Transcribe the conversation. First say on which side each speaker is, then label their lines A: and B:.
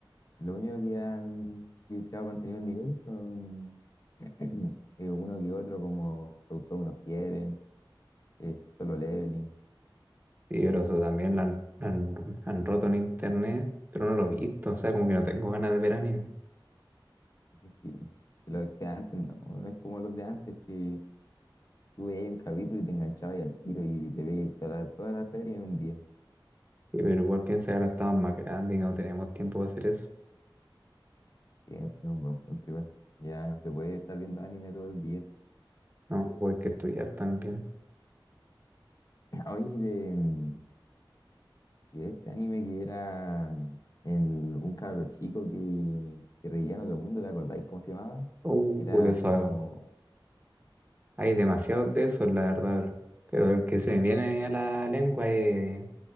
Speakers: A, on the left; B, on the right.
A: lo único que han quizá se ha mantenido el nivel son <clears throat> eh, uno que otro como Sousou no quieren, eh, Solo Leveling,
B: Sí, pero eso también lo han, han, han roto en internet, pero no lo he visto. O sea, como que no tengo ganas de ver anime.
A: eso sí. po. Y Los que antes no, no es como los de antes que tú veías un capítulo y te enganchabas y al tiro y te veías toda la, toda la serie en un día.
B: Sí, pero igual piensa que ahora estamos más grandes y no tenemos tiempo de hacer eso.
A: Que es un buen punto igual. Ya no se puede estar viendo anime todo el día.
B: No, o hay que estudiar también.
A: <clears throat> hoy de, y de este anime que era mm, el- un cabro chico que, que reía en otro mundo, ¿te acordáis cómo se llamaba?
B: Uh,
A: Era
B: de eso,
A: así como
B: Hay demasiados de esos, la verdad, bro. Pero el que se me viene a la lengua es